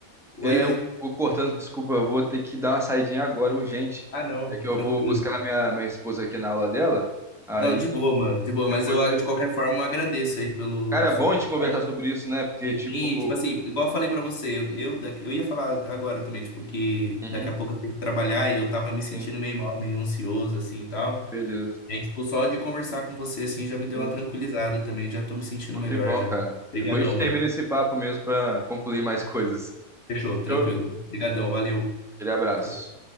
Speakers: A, on the left (about 50°); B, in the centre.
A: Oi,
B: É,
A: oi.
B: eu Oi? vou cortando, desculpa, eu vou ter que dar uma saidinha agora, urgente.
A: Ah, não,
B: É que eu
A: tranquilo.
B: vou buscar minha, minha esposa aqui na aula dela. Aí
A: Não, de boa, mano, de boa. Mas
B: depois.
A: eu,
B: eu-
A: de qualquer forma, eu agradeço aí pelo
B: Cara, é
A: suporte.
B: bom a gente conversar sobre isso, né? Porque,
A: Enfim,
B: tipo.
A: tipo assim, igual eu falei pra você, eu, eu, da- eu ia falar agora também, tipo, que
B: Uhum.
A: daqui a pouco eu tenho que trabalhar e eu tava me sentindo
B: Sim,
A: meio mal, meio ansioso, assim e tal.
B: beleza.
A: E aí, tipo, só de conversar com você, assim, já me deu
B: Sim.
A: uma tranquilizada também, já tô me sentindo
B: Pô,
A: melhor
B: que bom,
A: já.
B: cara.
A: Obrigadão,
B: Depois a gente termina
A: mano.
B: esse papo mesmo pra concluir mais coisas.
A: Fechou, tranquilo.
B: Fechou?
A: Obrigadão, valeu.
B: Aquele abraço.
A: Tchau,